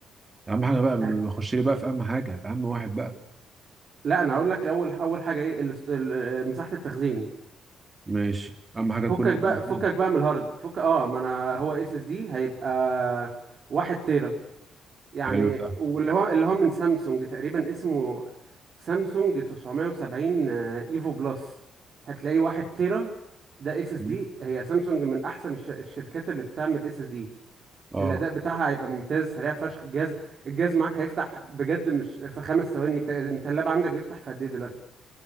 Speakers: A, on the right; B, on the right.
A: اهم حاجة بقى بخش
B: هت-
A: لي بقى في اهم حاجة اهم واحد بقى
B: لا انا هقول لك اول اول حاجة ايه الاست- ال- مساحة التخزين
A: ماشي اهم حاجة
B: فكك
A: تكون اس
B: بقى
A: اس
B: فكك
A: دي
B: بقى من الهارد فك اه ما انا هو اس اس دي هيبقى واحد تيرا يعني
A: حلو ده
B: واللي هو اللي هو من سامسونج تقريبا اسمه سامسونج 970 آه، ايفو بلس هتلاقيه واحد تيرا ده اس اس
A: مم.
B: دي هي سامسونج من احسن الش- الشركات اللي بتعمل اس اس دي
A: اه
B: الاداء بتاعها هيبقى ممتاز سريع فشخ الجهاز الجهاز معاك هيفتح بجد مش في خمس ثواني انت أنت اللاب عندك بيفتح في قد ايه دلوقتي